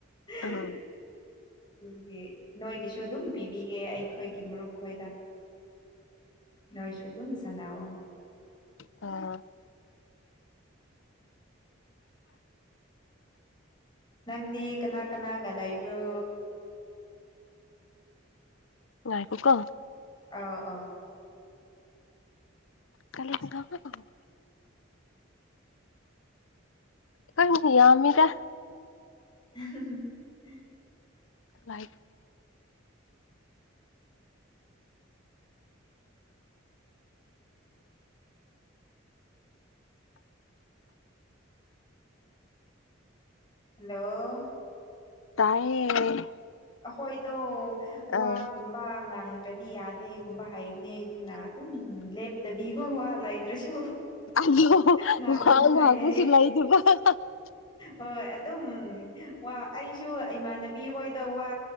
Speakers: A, on the left (about 20°); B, on the left (about 75°).
A: ꯑꯗꯨꯒꯤ
B: ꯎꯝ
A: ꯅꯣꯏꯒꯤꯁꯨ ꯑꯗꯨꯝ ꯄꯤꯕꯤꯒꯦ ꯑꯩꯈꯣꯏꯒꯤ ꯃꯔꯨꯞ ꯈꯣꯏꯗ ꯅꯣꯏꯁꯨ ꯑꯗꯨꯝ ꯁꯥꯟꯅꯑꯣ꯫
B: ꯑꯥ꯫
A: ꯅꯪꯗꯤ ꯀꯅꯥ ꯀꯅꯥꯒ ꯂꯩꯕ꯭ꯔꯣ
B: ꯋꯥ ꯀꯣ꯫
A: ꯑ ꯑꯥ
B: ꯀꯂ ꯑꯗꯨꯗꯕ ꯀꯣ꯫ ꯀ ꯌꯥꯃꯤꯗ꯫
A: <inaudible>
B: ꯂꯥꯏꯠ
A: ꯍꯜꯂꯣ
B: ꯇꯥꯏꯌꯦ
A: ꯑꯩꯈꯣꯏꯗꯣ
B: ꯑꯥ
A: ꯋꯥꯒꯨꯝꯕ ꯄ ꯉꯪꯗ꯭ꯔꯗꯤ ꯌꯥꯗꯦꯒꯨꯝꯕ ꯍꯥꯏꯕꯅꯦ ꯑꯗꯨꯅ ꯑꯗꯨꯝ ꯂꯦꯞ ꯇꯕꯤꯕꯣ ꯋꯥ ꯂꯩꯗ꯭ꯔꯁꯨ
B: ꯑꯗꯣ
A: ꯉꯥꯡꯅꯨ
B: ꯋꯥ
A: ꯍꯥꯏꯌꯦ
B: <unintelligible>
A: ꯍꯣꯏ ꯑꯗꯨꯝ ꯋꯥ ꯑꯩꯁꯨ ꯏꯃꯥꯟꯅꯕꯤ ꯍꯣꯏꯗ ꯋꯥ